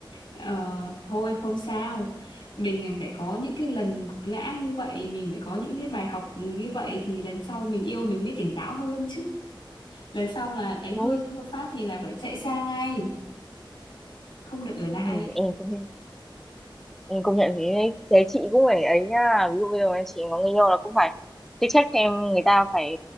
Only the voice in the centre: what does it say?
đúng
ừ, em cũng thế. Ừ, công nhận thế đấy. thế chị cũng phải ấy nhá ví dụ bây giờ mà chị có người yêu là cũng phải check check xem người ta phải